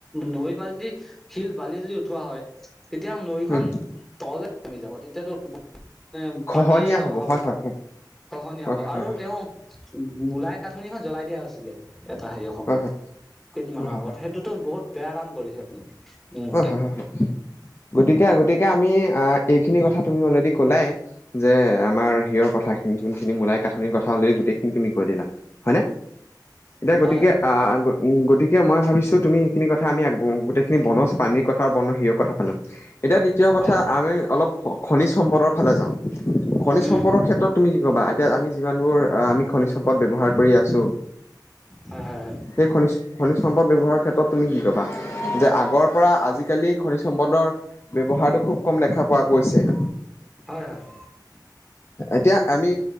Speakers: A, in the centre; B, on the left (about 35°).
A: নৈপা যদি শিল বালি যদি উঠোৱা হয় তেতিয়া নৈখন
B: উম
A: তললে নামি যাব তেতিয়াতো নে
B: খহনীয়া
A: পানীৰ অভাৱ
B: হয়
A: হ'ব
B: হয়
A: গহনীয়া
B: হয়
A: হব
B: হয়
A: আৰু তেওঁ মূলাই কাঠনিখন জ্বলাই দিয়া হৈছিলে তাৰ হেৰিঅ সময়ত
B: হয় হয় হয়
A: কেইদিনমানৰ
B: হয় হয় হয়
A: আগত সেইটোতো বহুত বেয়া কাম কৰিছে আপুনি মোৰ
B: হয়
A: মতে
B: হয় হয় হয় গতিকে আগতীয়াকে আমি আহ এইখিনি কথা তুমি অলৰেডি কলাই যে আমাৰ হিৰৰ কথাখিনি যোনখিনি মোলাই কাঠনিৰ কথা অলৰেডি গোটেইখিনি তুমি কৈ দিলা হয় নে এতিয়া গতিকে
A: হয়
B: আ উম গতিকে মই ভাবিছো তুমি সেইখিনি কথা আমি আ গোটেইখিনি বনজ পানীৰ কথা বন হিয়ৰ কথা পালো এতিয়া দ্বিতীয় কথা
A: হয়
B: আমি অলপ খ খনিজ সম্পদৰ ফালে যাওঁ খনিজ
A: উম
B: সম্পদৰ ক্ষেত্ৰত তুমি কি ক'বা এতিয়া যিমান বোৰ আমি খনিজ সম্পদ ব্যবহাৰ কৰি আছো
A: হয় হয় হয়
B: সেই খনিজ খনিজ সম্পদ ব্যৱহাৰৰ ক্ষেত্ৰত তুমি কি কবা যে আগৰ পৰা আজিকালি খনিজ সম্পদৰ ব্যৱহাৰটো খুব কম দেখা পোৱা গৈছে
A: হয় হয়
B: এতিয়া আমি